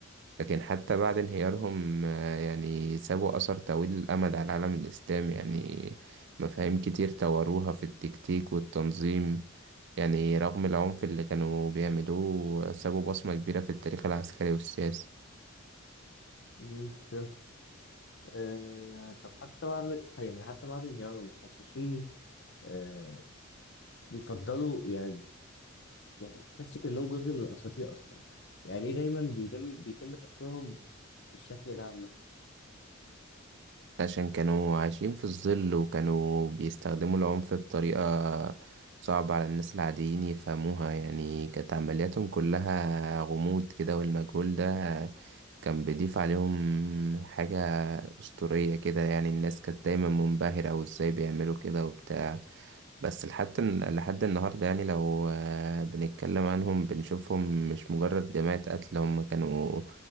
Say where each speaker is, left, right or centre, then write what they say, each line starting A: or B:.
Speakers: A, on the right; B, on the left.
A: لكن حتى بعد انهيارهم آه، يعني سابوا أثر طويل الأمد على العالم الإسلامي يعني مفاهيم كتير طوروها في التكتيك والتنظيم يعني رغم العنف اللي كانوا بيعملوه سابوا بصمة كبيرة في التاريخ العسكري والسياسي
B: امم فهمت آه طب حتى بعد يعني حتى بعد انهيارهم الحشاشين آه بيفضلوا يعني يعني بتحس كأنهم جزء من الأساطير أصلا يعني ليه دايما بيتم بيتم تصويرهم بالشكل ده عامة
A: عشان كانوا عايشين في الظل وكانوا بيستخدموا العنف بطريقة صعبة على الناس العاديين يفهموها يعني كانت عملياتهم كلها غموض كده والمجهول ده كان بيضيف عليهم حاجة أسطورية كده يعني الناس كانت دايما منبهرة وازاي بيعملوا كده وبتاع بس لحد لحد النهاردة يعني لو آه، بنتكلم عنهم بنشوفهم مش مجرد جماعة قتل هم كانوا